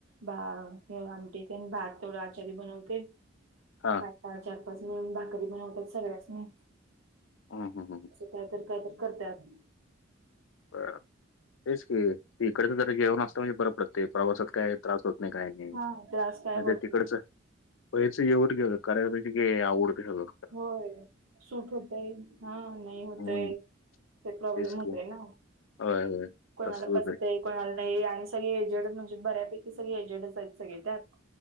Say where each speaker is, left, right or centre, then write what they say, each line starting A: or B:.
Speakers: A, on the right (about 85°); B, on the left (about 65°).
A: बा हे आमटीथेन भात तेथोड आचारी बनवते.
B: हा.
A: बायका चार-पाच मिळून भाकरी बनवतात सगळ्यासनी.
B: ह हम ह ह.
A: का तर काय तर करत्यात.
B: तेच की त इकडच ज जेवण असतता म्हणजे बर पडत. ते प्रवासात काय त्रास होत नाही काही नाही. नाही
A: हा त्रास काय होत
B: ते तिकडच
A: नाही
B: पैरचं जव कं कार्यकची आवडते सगं.
A: होय. सूट होतय हा नाही होतय.
B: हं.
A: ते प्रॉब्लेम
B: तेच
A: होतय
B: की.
A: ना.
B: होय, होय.
A: कोणाला
B: तसंच होतंय.
A: पचतय कोणाला नाही आणि सगळे एजेड म्हणजे बऱ्यापैकी सगळे एजेडच आहेत सगळे त्यात.